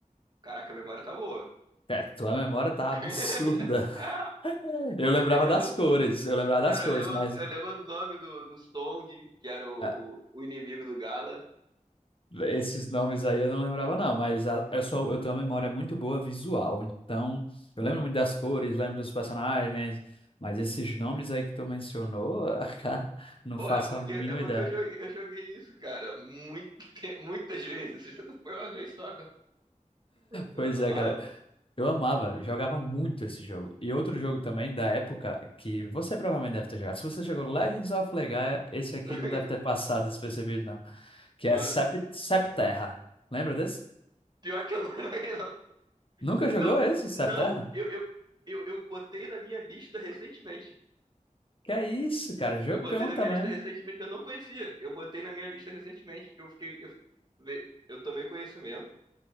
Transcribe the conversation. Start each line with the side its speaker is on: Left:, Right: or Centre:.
Right: Caraca, a memória tá boa.
Left: É, tua memória tá absurda.
Right: <laughs>
Left: Eu lembrava
Right: Eu lembro,
Left: das cores, eu lembrava das
Right: cara,
Left: cores,
Right: eu lembro,
Left: mas
Right: eu lembro o nome do, do Song, que era o,
Left: ah,
Right: o, o inimigo do Gala.
Left: esses nomes aí eu não lembrava não, mas a- eu sou, eu tenho uma memória muito boa visual, então eu lembro muito das cores, lembro dos personagens, mas esses nomes aí que tu mencionou, ah, <laughs> cara, não
Right: Pô,
Left: faço
Right: é porque,
Left: a mínima
Right: é porque
Left: ideia.
Right: eu joguei, eu joguei isso, cara, muito, te- muitas vezes. <laughs> Não foi uma vez só, não. Eu
Left: Pois é,
Right: amava.
Left: cara, eu amava, jogava muito esse jogo. E outro jogo também da época que você provavelmente deve ter jogado. Se você jogou Legends of Legaia, esse aqui
Right: <laughs>
Left: não deve ter passado despercebido não, que
Right: Mano,
Left: é Sep- Septerra. Lembra desse?
Right: pior que eu não <laughs> joguei, não.
Left: Nunca jogou
Right: Não,
Left: esse, Septerra?
Right: não, eu, eu, eu, eu botei na minha lista recentemente.
Left: Que é isso, cara, jogão
Right: Eu botei na
Left: também.
Right: minha lista recentemente, eu não conhecia. Eu botei na minha lista recentemente, que eu fiquei, eu, fiquei- ve- eu tomei conhecimento